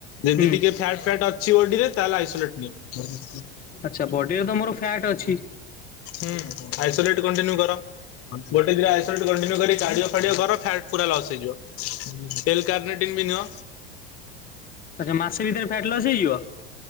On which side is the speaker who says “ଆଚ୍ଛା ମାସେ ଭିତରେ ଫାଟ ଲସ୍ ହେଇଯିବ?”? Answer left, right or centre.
Left